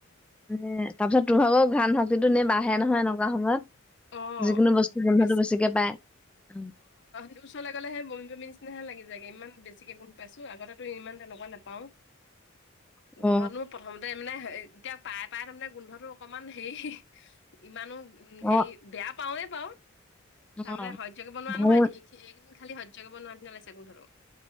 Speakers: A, in the centre; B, on the left.
A: এ তাৰপিছত তোৰ ভাগৰ ঘ্ৰান শাক্তিটো এনে বাঢ়ে নহয় এনেকুৱা সময়ত
B: অ',
A: যিকোনো বস্তু গোন্ধটো
B: বেছি
A: বেছিকে পায়
B: এইবোৰৰ ওচৰলে গলে হে বমি বমি নিচিনাহে লাগি যায়গৈ ইমান বেছিকে গোন্ধ পাইছো আগতেতো ইমান তেনেকুৱা নেপাও
A: অ
B: গোন্ধতো প্ৰথমতে মানে এতিয়া পায় পায় তাৰমানে গোন্ধটো অকমান হেৰি ইমানো উম
A: অ
B: হেৰি বেয়া পাওয়ে বাও তাৰমানে
A: অ
B: সহ্য কৰিব নোহোৱা
A: ঘৰ
B: নহয়। এইকেইদিন খালি সহ্য কৰিব নোৱাৰা নিচিনা হৈছে গোন্ধটো।